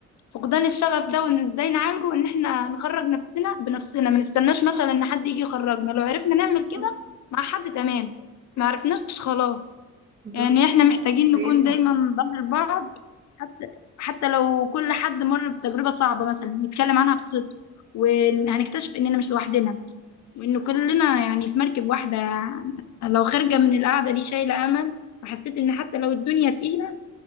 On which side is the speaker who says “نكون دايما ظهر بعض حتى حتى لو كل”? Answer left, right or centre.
Left